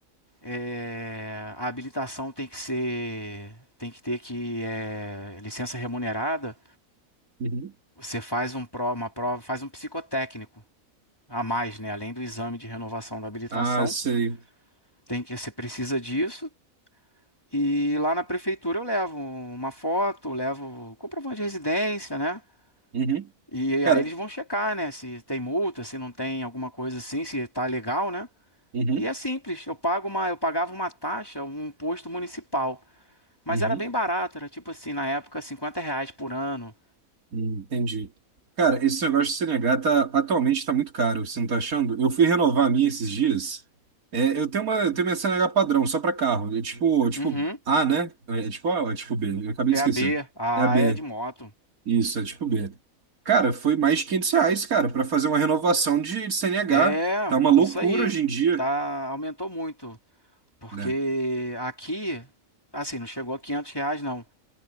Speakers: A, on the left; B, on the right.
A: É, a habilitação tem que ser, tem que ter que é, licença remunerada.
B: Uhum.
A: Você faz um pro, uma prova, faz um psicotécnico a mais, né? Além do exame de renovação da habilitação,
B: Ah, sei.
A: tem que você precisa disso. E lá na prefeitura eu levo uma foto, levo comprovante de residência, né?
B: Uhum.
A: E
B: Cara.
A: aí eles vão checar, né? Se tem multa, se não tem alguma coisa assim, se tá legal, né?
B: Uhum.
A: E é simples. Eu pago uma, eu pagava uma taxa, um imposto municipal. Mas
B: Uhum.
A: era bem barato, era tipo assim, na época, 50 reais por ano.
B: Hum, Entendi. Cara, esse negócio de CNH tá, atualmente está muito caro, você não tá achando? Eu fui renovar a minha esses dias. É, eu tenho uma, eu tenho minha CNH padrão, só para carro. É tipo, é tipo
A: Uhum.
B: A, né? É é tipo A ou é tipo B? Eu acabei
A: É
B: de esquecer.
A: a B, a
B: É a B.
A: A é de moto.
B: Isso, é tipo B. Cara, foi mais de 500 reais, cara, para fazer uma renovação de, de CNH.
A: É,
B: Tá uma loucura
A: isso aí.
B: hoje em dia,
A: Tá, aumentou muito. Porque
B: né?
A: aqui, assim, não chegou a 500 reais não.